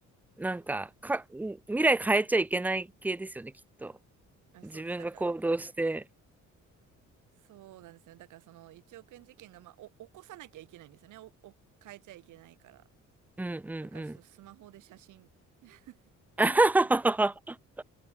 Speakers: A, in the centre; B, on the right (about 80°).
A: なんか、か、未来変えちゃいけない系ですよね、きっと。
B: あ、
A: 自分が行動して。
B: そうです。だから、そうなんですよ。だから、その1億円事件が、まあ、お、起こさなきゃいけないんですよね。お、お、変えちゃいけないから。
A: うんうんうん。
B: だから、ちょっとスマホで写真 <laughs>
A: <laughs>
B: 撮り。